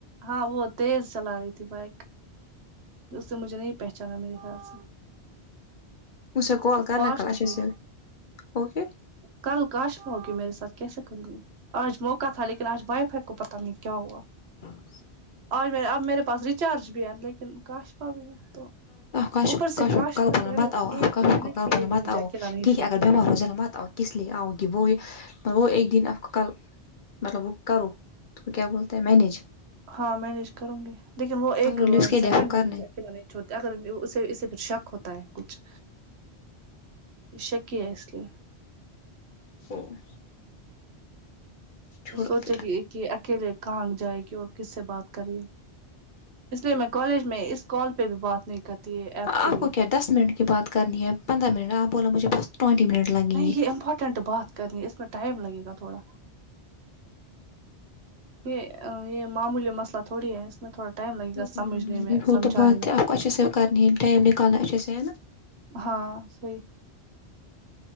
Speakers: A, on the right; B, on the left.
A: ہاں وہ تیز چلا رہی تھی بائک اس سے مجھے نہیں پہچانا میرے خیال سے
B: اس سے سے کال
A: وہ
B: کرنا
A: فاسٹ
B: کل اچھا
A: تھی
B: سے اوکے
A: کل کاشفا ہوگی میرے ساتھ کیسے کروں گی آج موقع تھا لیکن آج وائی فائی کو پتہ نہیں کیا ہوا
B: ناقابل سماعت
A: آج میں اب میرے پاس ریچارج بھی ہے لیکن کاشفا بھی ہے تو
B: کاش
A: اوپر سے
B: کاشر
A: کاشفا
B: کل بولنا
A: جو ہے نا
B: مت آو
A: ایک منٹ
B: اپ
A: کے لیے
B: نا
A: بھی
B: متاؤ
A: مجھے اکیلا نہیں
B: ٹ کہہ
A: چھوڑتی
B: اگر بیمار ہوز ہے ن نہ مت آؤ <unintelligible> کس لیے آؤ گی وہ یہ وہ ایک دن آپ کو کل مطلب وہ کرو تو وہ کیا بولتے ہیں مینیج
A: ہاں مینج کروں گی لیکن وہ ایک
B: اور اس کے
A: سیکنڈ
B: لیے آپ کو
A: بھی
B: کرنا
A: مجھے اکیلا نہیں چھو اگر اسے اس سے پھر شک ہوتا ہے کچھ یہ شکی ہے اس لیے
B: ہمم چھوڑو
A: سوچے گی کہ اکیلے کہاں جائے گی اور کس سے بات کریے اس لیے میں کالج میں اس کال پہ بھی بات نہیں کرتی ہے ایپ کے
B: آپ
A: لیے
B: کو کیا دس منٹ کی بات کرنی ہے پندرہ منٹ آپ بولو مجھے بس ٹوینٹی منٹ لگیں گے
A: نہیں
B: ہ
A: یہ امپورٹینٹ بات کرنی ہے اس میں ٹائم لگے گا تھوڑا یہ یہ معمولی مسئلہ تھوڑی ہے اس میں تھوڑا ٹائم لگے
B: ہ
A: گا سمجھنے میں
B: یہ گو
A: سمجھانے
B: تو بات
A: میں
B: آپ کو اچھے سے کرنی ہے ٹائم نکالنا اچھے سے ہے نا
A: ہاں صحیح